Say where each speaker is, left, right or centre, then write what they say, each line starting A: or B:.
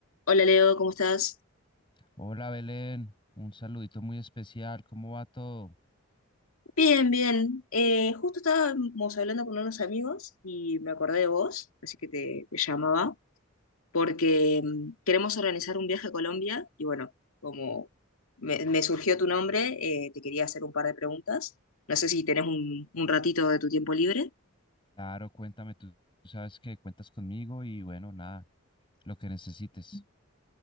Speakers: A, on the left (about 85°); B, on the left (about 25°).
A: Hola Leo, ¿cómo estás?
B: Hola Belén, un saludito muy especial, ¿cómo va todo?
A: Bien, bien. Eh, justo estábamos hablando con unos amigos y me acordé de vos, así que te, te llamaba, porque mm, queremos organizar un viaje a Colombia y bueno, como me, me surgió tu nombre, eh, te quería hacer un par de preguntas. No sé si tenés un, un ratito de tu tiempo libre.
B: Claro, cuéntame, tú tú sabes que cuentas conmigo y bueno, nada, lo que necesites.